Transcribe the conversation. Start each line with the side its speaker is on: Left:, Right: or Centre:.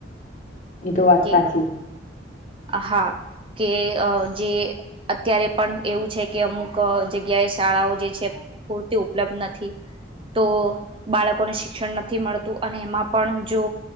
Left: એ તો વાત
Right: કે
Left: સાચી.
Right: હા. કે અહ જે અત્યારે પણ એવું છે કે અમુક અહ જગ્યાએ શાળાઓ જે છે પૂરતી ઉપલબ્ધ નથી. તો બાળકોને શિક્ષણ નથી મળતું અને એમાં પણ જો